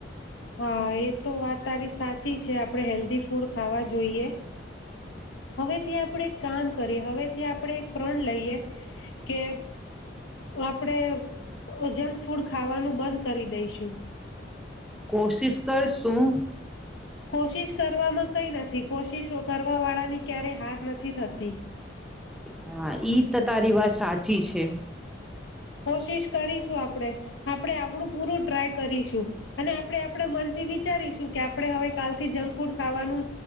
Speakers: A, on the left; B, in the centre.
A: હા એ તો વાત તારી સાચી છે. આપણે હેલ્ધી ફૂડ ખાવા જોઈએ. હવેથી આપણેે એક કામ કરીએ હવેથી આપણે એક પ્રણ લઈએ, કે આપણેે જંક ફૂડ ખાવાનું બંધ કરી દઈશું.
B: કોશિશ કર શું.
A: કોશિશ કરવામાં કઈ નથી. કોશિશ કરવા વાળાની ક્યારેય હાર નથી થતી.
B: હા ઈ તો તારી વાત સાચી છે.
A: કોશિશ કરીશું આપણે, આપણે આપણું પૂરું ટ્રાય કરીશું, અને આપણે આપણા મનથી વિચારીશું કે આપણે હવે કાલથી જંક ફૂડ ખાવાનું,